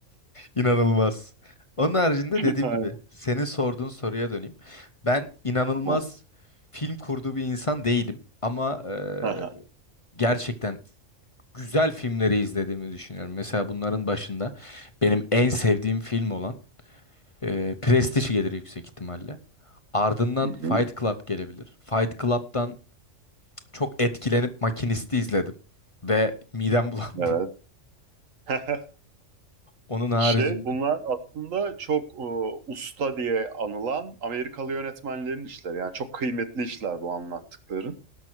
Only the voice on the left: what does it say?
İnanılmaz. Onun haricinde
dediğim
gibi senin sorduğun soruya döneyim. Ben inanılmaz
film kurduğu bir insan değilim ama eee,
gerçekten güzel filmleri izlediğimi düşünüyorum. Mesela bunların başında benim en sevdiğim film olan eee Prestige gelir yüksek ihtimalle. Ardından
Fight
Club gelebilir. Fight Club'dan çok etkilenip Makinist'i izledim ve midem bulandı.
<laughs>
Onun haricinde.